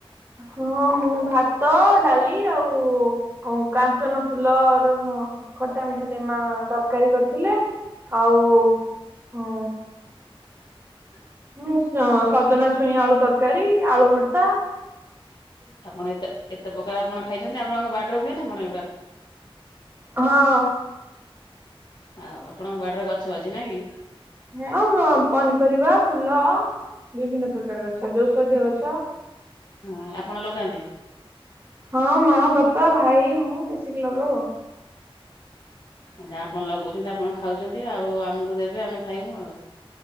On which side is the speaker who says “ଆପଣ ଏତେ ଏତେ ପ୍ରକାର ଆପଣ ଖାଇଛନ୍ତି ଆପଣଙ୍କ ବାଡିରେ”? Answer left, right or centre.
Left